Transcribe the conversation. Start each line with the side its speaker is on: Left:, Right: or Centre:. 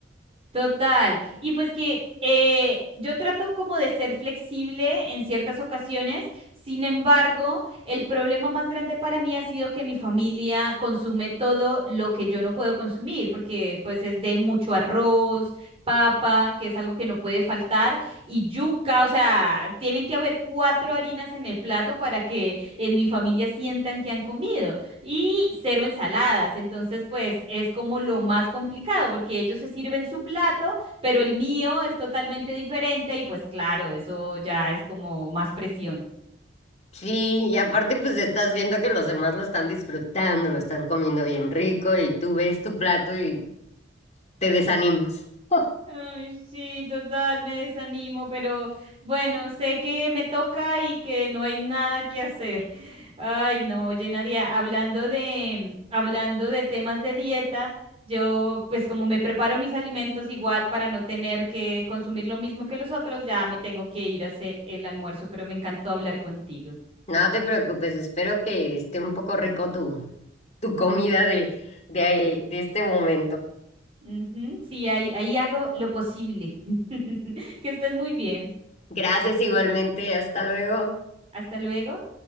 Right: Total. Y pues que eh, yo trato como de ser flexible en ciertas ocasiones, sin embargo, el problema más grande para mí ha sido que mi familia consume todo lo que yo no puedo consumir, porque pues es de mucho arroz, papa, que es algo que no puede faltar, y yuca, o sea, tienen que haber cuatro harinas en el plato para que en mi familia sientan que han comido y cero ensaladas. Entonces, pues es como lo más complicado porque ellos se sirven su plato, pero el mío es totalmente diferente y pues claro, eso ya es como más presión.
Left: Sí, y aparte pues estás viendo que los demás lo están disfrutando, lo están comiendo bien rico y tú ves tu plato y te desanimas. <laughs>
Right: Ay, sí, total, me desanimo, pero bueno, sé que me toca y que no hay nada que hacer. Ay, no, oye, Nadia, hablando de, hablando de temas de dieta, yo pues como me preparo mis alimentos igual para no tener que consumir lo mismo que los otros, ya me tengo que ir a hacer el almuerzo, pero me encantó hablar contigo.
Left: No te preocupes, espero que esté un poco rico tu, tu comida de, de, de este momento.
Right: Ujú, sí, ahí, ahí hago lo posible. <laughs> Que estés muy bien.
Left: Gracias igualmente, hasta luego.
Right: Hasta luego.